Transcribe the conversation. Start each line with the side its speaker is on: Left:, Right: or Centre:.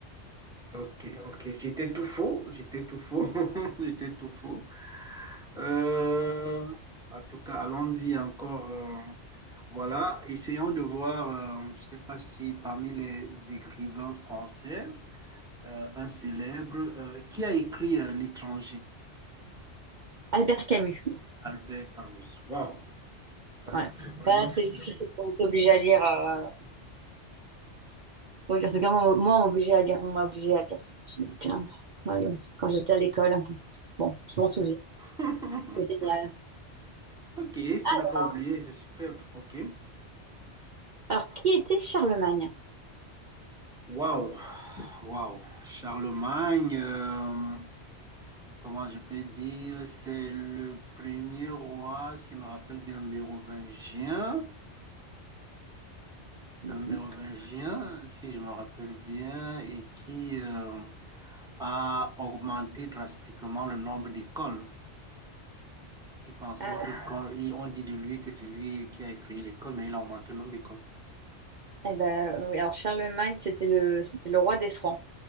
Centre: Ok, ok. J'étais tout faux. J'étais tout faux. <laughs> J'étais tout faux. Euh, en tout cas, allons-y encore. euh, voilà. Essayons de voir, euh, je ne sais pas si parmi les écrivains français, euh, un célèbre, euh, qui a écrit euh, L'étranger?
Right: Albert Camus.
Centre: Albert Camus. Waouh, ça
Right: Ouais.
Centre: c'est vraiment
Right: Bah,
Centre: super
Right: c'est on est obligé à lire. euh, oui, En tout cas, moi, moi, on m'a obligé à lire, on m'a obligé à lire ce, ce bouquin. Allez, quand j'étais à l'école. Bon, je m'en souviens.
Centre: ça.
Right: C'est génial.
Centre: <laughs> Ok,
Right: <laughs>
Centre: tu n'as pas oublié, c'est superbe. Ok.
Right: Alors, qui était Charlemagne?
Centre: Waouh, waouh. Charlemagne. euh, comment je peux dire, c'est le premier roi, si je me rappelle bien, mérovingien,
Right: Mhm.
Centre: un mérovingien, si je me rappelle bien, et qui euh, a augmenté drastiquement le nombre d'écoles, qui fait en sorte
Right: Ah,
Centre: qu'on il- on dit de lui que c'est lui qui a écrit l'école, mais il a augmenté le nombre d'écoles.
Right: eh ben, euh, oui, alors Charlemagne, c'était le, c'était le roi des Francs.